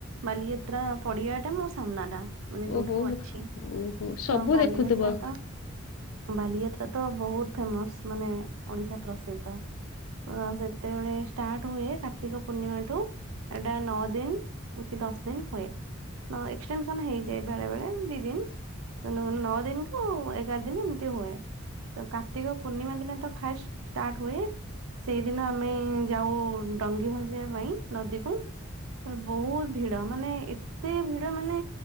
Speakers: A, on the right (about 80°); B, on the left (about 80°).
A: ବାଲିଯାତ୍ରା ପଡିଆଟା ମୋ ସାମ୍ନାଟା। ମାନେ ଯୋଉଠି
B: ଓହୋ
A: ମୁଁ ଅଛି
B: ଓହୋ ସବୁ
A: ତ ବାଲିଯାତ୍ରା
B: ଦେଖୁଥିବ।
A: ତ ବାଲିଯାତ୍ରା ତ ବହୁତ ଫେମସ୍ ମାନେ ଓଡିଶା ପ୍ରସିଦ୍ଧ। ଅଁ ସେତେବେଳେ। ଷ୍ଟାର୍ଟ ହୁଏ କାର୍ତ୍ତିକ ପୂର୍ଣ୍ଣିମାଠୁ ଏଟା ନଅ ଦିନ କି ଦଶ ଦିନ ହୁଏ। ଏକ୍ସଟେନସନ ହେଇଯାଏ ବେଳେ ବେଳେ ଦି ଦିନ ନଅ ଦିନକୁ ଏଗାର ଦିନ ଏମତି ହୁଏ ତ କାର୍ତ୍ତିକ ପୂର୍ଣ୍ଣିମା ଦିନ ତ ଫାଷ୍ଟ ଷ୍ଟାର୍ଟ ହୁଏ ସେଇ ଦିନ ଆମେ ଯାଉ ଡଙ୍ଗି ଭ ଯିବା ପାଇଁ ନଦୀକୁ ବହୁତ ଭିଡ ମାନେ ଏତେ ଭିଡ ମାନେ